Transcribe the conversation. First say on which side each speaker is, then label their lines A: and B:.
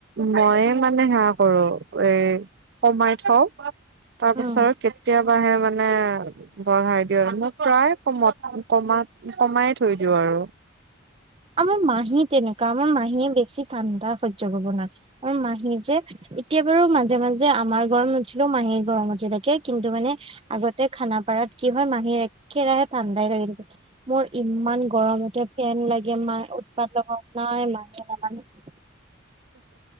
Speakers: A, on the right; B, on the right.
A: ময়ে মানে সেয়া কৰো এই সোমাই থওঁ তাৰ পিছত
B: উম
A: কেতিয়াবাহে মানে বঢ়াই দিওঁ আৰু মই প্ৰায় কমত কমাত কমাই থৈ দিওঁ আৰু।
B: আমাৰ মাহী তেনেকুৱা আমাৰ মাহীয়ে বেছি ঠাণ্ডা সহ্য কৰিব নোৱাৰে, আমাৰ মাহী যে এতিয়া বাৰু মাজে মাজে আমাৰ গৰম নুঠিলেও মাহীৰ গৰমতে উঠি থাকে, কিন্তু মানে আগত তে খানাপাৰাত কি হয়? মাহী একেৰাহে ঠাণ্ডাই লাগি থাকে, মোৰ ইমান গৰম উঠে ফেন লাগে মাই উৎপাত লগাও নাই মাহীয়ে নাজানিছিল